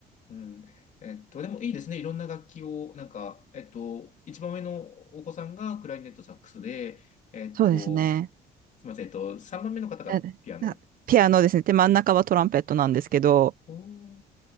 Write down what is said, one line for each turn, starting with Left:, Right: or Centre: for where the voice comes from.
Left: うん。えっと、でもいいですね。いろんな楽器を、なんか、えっと、一番上のお子さんがクラリネットサックスで、えっと、
Right: そうですね。
Left: すみません。えっと、3番目の方がピアノ
Right: ああピアノですね。で、真ん中はトランペットなんですけど、
Left: おー、い